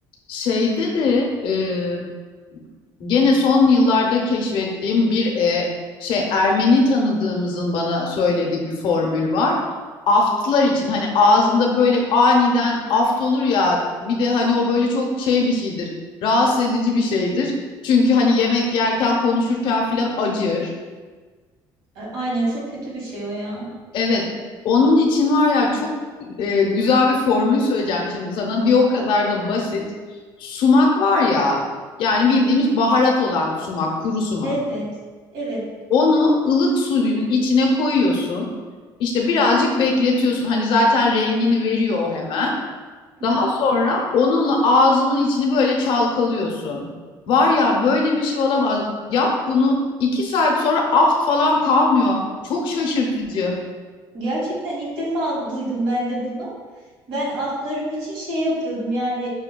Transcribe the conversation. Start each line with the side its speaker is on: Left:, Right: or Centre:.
Left: Şeyde de e, gene son yıllarda keşfettiğim bir e, şey Ermeni tanıdığımızın bana söylediği bir formül var. Aftlar için hani ağzında böyle aniden aft olur ya bir de hani o böyle çok şey bir şeydir. Rahatsız edici bir şeydir. Çünkü hani yemek yerken konuşurken filan acır.
Right: A- Aynen çok kötü bir şey o ya.
Left: Evet, onun için var ya çok e, güzel bir formül söyleyeceğim şimdi sana. Bir o kadar da basit. Sumak var ya, yani bildiğimiz baharat olan sumak, kuru sumak.
Right: Evet. Evet.
Left: Onu ılık suyun içine koyuyorsun. İşte birazcık bekletiyorsun. Hani zaten rengini veriyor o hemen.
Right: Hı
Left: Daha
Right: hı.
Left: sonra onunla ağzının içini böyle çalkalıyorsun. Var ya böyle bir şey olamaz. Yap bunu iki saat sonra aft falan kalmıyor. Çok şaşırtıcı.
Right: Gerçekten ilk defa duydum ben de bunu. Ben atlarım için şey yapıyordum yani